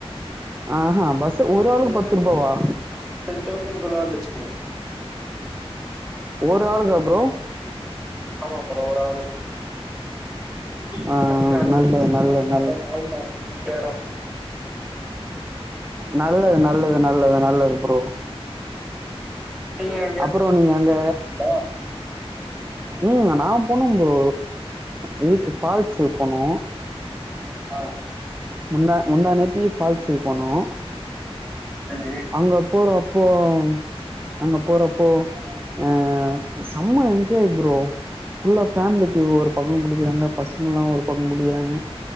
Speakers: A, on the right; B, in the centre.
A: ஆஹா பஸ்ஸு
B: டென்
A: ஒரு ஆளுக்கு
B: டென்‌தௌஷன்
A: பத்து ரூபாவா
B: டென் தௌஷன்குல்ல வந்துச் தூரம்
A: ஒரு ஆளுக்கா ப்ரோ
B: ஆமா ப்ரோ ஒரு ஆளுக்கு
A: ஆ
B: கொடைக்கானல்
A: நல்லது
B: ஃபர்ஸ்டு
A: நல்ல
B: அப்புறம்
A: நல்
B: வால்பாறை ரெண்டு எட
A: நல்லது நல்லது நல்லது நல்லது ப்ரோ
B: நீங்க எங்கயாச்
A: அப்புறோ நீங்க அங்க
B: டூர் போயிருகீங்களா
A: ம் நா போனே ப்ரோ இதுக்கு ஃபால்ஸ்க்கு போனோ
B: ஆ
A: முந்தா முந்தா நேத்தி ஃபால்ஸுக்கு போனோ
B: சரி
A: அங்க போற போம் அங்க போறப்போ அ செம்ம என்ஜாய் ப்ரோ புல்லா பேமிலிக்கு ஒரு பக்க குளிக்கிறாங்க பசங்கல்லா ஒரு பக்க குளிக்கிறாங்க